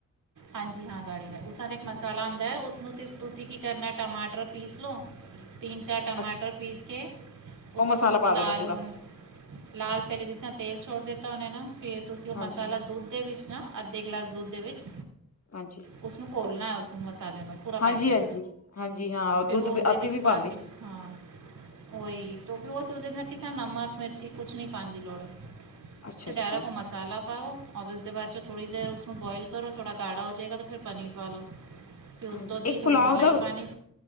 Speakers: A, on the right; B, on the left.
A: ਹਾਂਜੀ ਹਾਂ ਗਾੜੀ ਉਸ ਦਾ ਇੱਕ ਮਸਾਲਾ ਆਂਦਾ ਐ ਉਸਨੂੰ ਸਿਰਫ ਤੁਸੀਂ ਕੀ ਕਰਨਾ ਟਮਾਟਰ ਪੀਸ ਲੋ, ਤਿੰਨ-ਚਾਰ ਟਮਾਟਰ
B: ਅੱਛਾ
A: ਪੀਸ ਕੇ ਉਸਨੂੰ
B: ਉਹ ਮਸਾਲਾ ਪਾ
A: ਲਾਲ
B: ਦੇਣਾ ਪੂਰਾ,
A: ਹੋਨ ਲਾਲ ਪਹਿਲੇ ਜਿਸ ਤਰਾਂ ਤੇਲ ਛੋੜ ਦਿੱਤਾ ਓਨੇ ਨਾ ਫੇਰ ਤੁਸੀਂ ਉਹ ਮਸਾਲਾ
B: ਹਾਂਜੀ,
A: ਦੁੱਧ ਦੇ ਵਿੱਚ ਨਾ ਅੱਧੇ ਗਲਾਸ ਦੁੱਧ ਦੇ ਵਿੱਚ
B: ਹਾਂਜੀ।
A: ਉਸਨੂੰ ਘੋਲ੍ਹਣਾ ਹੈ। ਉਸਨੂੰ ਮਸਾਲੇ ਨੂੰ ਪੂਰਾ
B: ਹਾਂਜੀ-ਹਾਂਜੀ,
A: ਪੈਕੇਟ
B: ਹਾਂਜੀ ਹਾਂਜੀ ਹਾਂ
A: ਫਿਰ
B: ਦੁੱਧ
A: ਉਹ
B: ਵੀ
A: ਉਸਦੇ
B: ਅਸੀਂ
A: ਵਿਚ
B: ਵੀ ਪਾਂਦੇ
A: ਪਾ ਕੇ। ਹਾਂ ਓਹੀ ਕਿਉਂਕੀ ਉਹ ਸੋਚ ਕਿ ਨਮਕ ਮਿਰਚੀ ਕੁਛ ਨੀ ਪਾਣ ਦੀ ਲੋੜ।
B: ਅੱਛਾ-ਅੱਛਾ
A: ਸਡੈਰਾ ਘੁੰਮਾ ਸੀ। ਮਸਾਲਾ ਪਾਓ ਔ ਉਸਦੇ ਬਾਅਦ ਚ ਥੋੜ੍ਹੀ ਦੇਰ ਉਸਨੂੰ ਬੋਆਇਲ ਕਰੋ ਥੋੜਾ ਗਾੜਾ ਹੋ ਜਾਵੇਗਾ ਫਿਰ ਪਨੀਰ ਪਾ ਲਓ। ਕਿ ਉੱਤੋਂ
B: ਹਾਂਜੀ
A: ਦੀ
B: ਇੱਕ
A: ਥੋੜੀ
B: ਪੁਲਾਓ
A: ਮਲਾਈ
B: ਦਾ
A: ਪਾਉਣੀ।